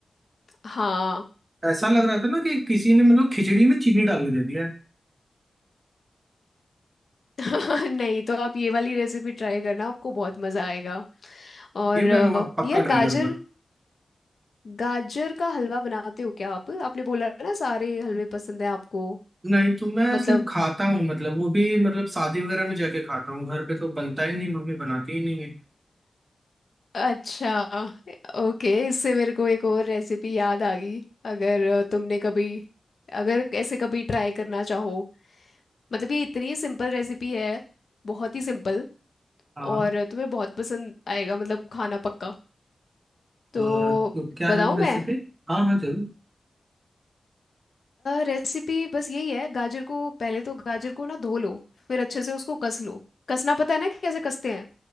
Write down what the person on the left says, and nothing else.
हाँ
<laughs> नहीं तो आप ये वाली रेसिपी ट्राई करना आपको बहुत मजा आएगा और
अ,
यार
गाजर
गाजर का हलवा बनाते हो क्या आप आपने बोला ना सारे हलवे पसंद है आपको
मतलब
अच्छा ओके इससे मेरे को एक और रेसिपी याद आ गई अगर अ, तुमने कभी अगर ऐसे कभी ट्राई करना चाहो मतलब ये इतनी सिंपल रेसिपी है बहुत ही सिंपल
और तुम्हें बहुत पसंद आएगा मतलब खाना पक्का तो
बताऊं
मैं
रेसिपी बस यही है गाजर को पहले तो गाजर को ना धो लो फिर अच्छे से उसको कस लो कसना पता है ना कि कैसे कसते हैं